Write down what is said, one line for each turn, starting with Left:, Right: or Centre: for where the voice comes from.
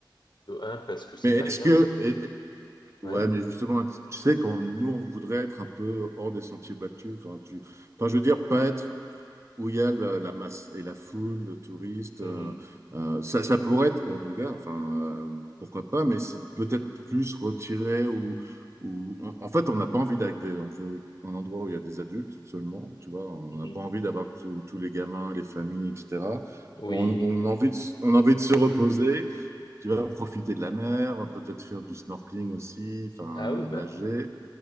Left: de un, parce que c'est
Right: Mais
Left: pas
Right: est-ce
Left: cher.
Right: que et- et-
Left: Ouais.
Right: ouais, mais justement, tu sais quand nous on voudrait être un peu hors des sentiers battus. Enfin, tu. Enfin, je veux dire pas être où il y a le- la masse et la foule, le touriste.
Left: Mhm.
Right: euh, euh, ça, ça pourrait être Ouardougla, enfin, euh, pourquoi pas, mais c'est peut-être
Left: Mhm.
Right: plus retiré ou, ou on- en fait, on n'a pas envie d'aller, on veut un endroit où il y a des adultes seulement, tu vois, on
Left: Mhm.
Right: n'a pas envie d'avoir tous tous les gamins, les familles, etc.
Left: Oui.
Right: On, on a envie de, s- on a envie de se reposer, tu vois, profiter de la mer, peut-être faire du snorkeling aussi, enfin,
Left: Ah oui,
Right: euh, nager.
Left: ben, euh,